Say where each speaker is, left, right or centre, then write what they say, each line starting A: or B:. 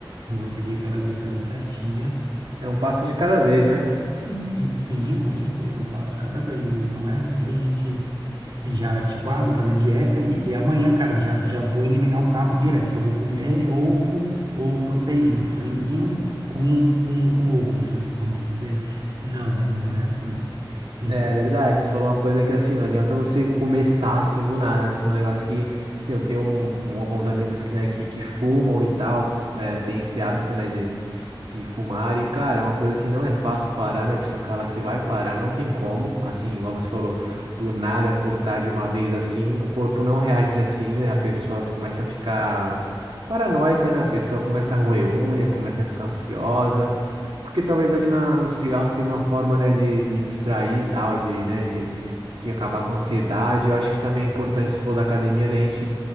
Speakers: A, on the right (about 60°); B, on the right (about 80°).
A: Eu vou seguir aquela dieta ali certinha.
B: É um passo de cada vez, né?
A: Sim, sim, com certeza, é um passo de cada vez. Não, não é assim que a gente já, tipo, ah, vou fazer dieta e, e amanhã, cara, já, já vou eliminar o carbo direto. Só vou comer ovo ou proteína, franguinho com, com, com ovo, vamos, se- vamos se dizer. Não, né? Não é assim. Então,
B: É verdade, você falou uma coisa que assim, não adianta você começar assim do nada, né? Você falou um negócio que, assim, eu tenho um- um- alguns amigos que, né, que, que fumam e tal, é, tem esse hábito, né, de, de fumar e, cara, é uma coisa que não é fácil parar, né? A pessoa fala que vai parar, não tem como, assim, igual você falou, do nada cortar de uma vez assim, o corpo não reage assim, né? A pessoa começa a ficar paranoica, né? A pessoa começa a roer unha, começa a ficar ansiosa. Porque talvez ali na, no cigarro seria uma forma, né, de, de distrair e tal, de, né, de, de acabar com a ansiedade. Eu acho que também é importante, você falou da academia, né, a gente